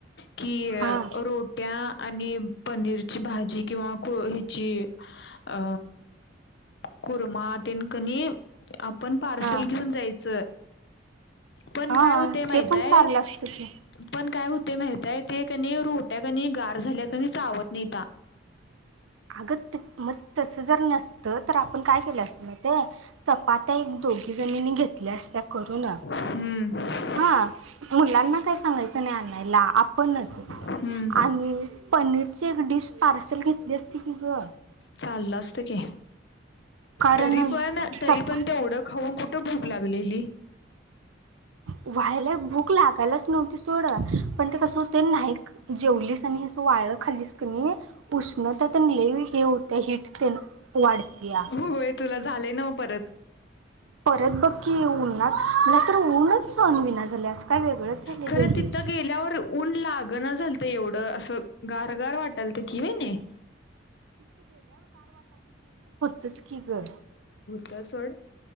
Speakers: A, on the left; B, on the right.
A: कि
B: हा
A: रोट्या आणि पनीरची भाजी किंवा खो ह्याची अ कुर्मा तेन कनी आपण आपण पार्सल
B: हा
A: घेऊन जायचं पण
B: हा
A: काय होतय माहितय
B: ते पण चाललं असतं की
A: पण काय होते माहितय ते कणी रोट्या कणी गार झाल्या की चावत नाहीता
B: अगत मग तस जर नसत तर आपण काय केलं असत माहितेय चपात्या एक दोघीजणींनी घेतल्या असत्या करुन
A: हम्म
B: हा मुलांना काही सांगायचं नाही आणायला आपणच
A: हम्म
B: आणि पनीरची एक डिश पार्सल घेतली असती की ग
A: चाललं असत की
B: कारण
A: तरी पण तरी
B: चपात्या
A: पण तेवढं खाऊन कुठ भूक लागलेली
B: व्हायला भूक लागायलाच नव्हती सोडत पण ते कसं होते नाही जेवलीस आणिं वाळ खालीस की नाहि ऊष्णता पण लय हे होत हिट ते वाढतीय
A: होय तुला झाले ना परत
B: परत बक्की उनणार नाही तर ऊनच <unintelligible> विना झाले असं काय वेगळंच झाले
A: खरं
B: रे हे
A: तिथं गेल्यावर ऊन लागण झालत एवढं असं गार गार वाटल तर घेऊन ये <unintelligible>
B: तेच की ग
A: ते सोड